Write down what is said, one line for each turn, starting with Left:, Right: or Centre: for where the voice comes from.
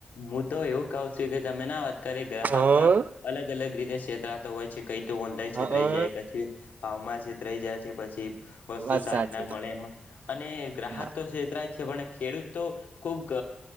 Left: હું તો એવું કઉ છું કે તમે ના વાત કરી ગ્રાહક
Right: હા
Left: અલગ અલગ રીતે છેતરાતો હોય છે કઈ તો ઓ
Right: હા
Left: છેતરાઈ જાય પછી ભાવમાં છેતરાઈ જાય છે પછી વસ્તુ
Right: વાત
Left: સારી
Right: સાચી
Left: ના મળે એમ અને ગ્રાહક
Right: હા
Left: તો છેતરાય જ છે પણ ખેડૂત તો ખુબ